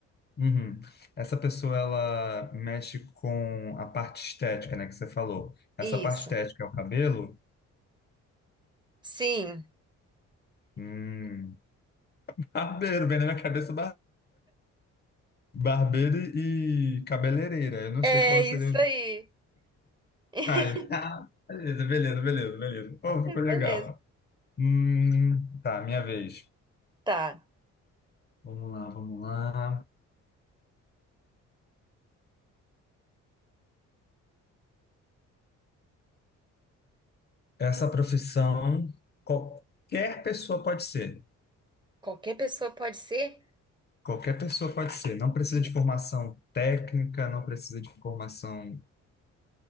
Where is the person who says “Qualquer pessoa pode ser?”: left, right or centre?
Right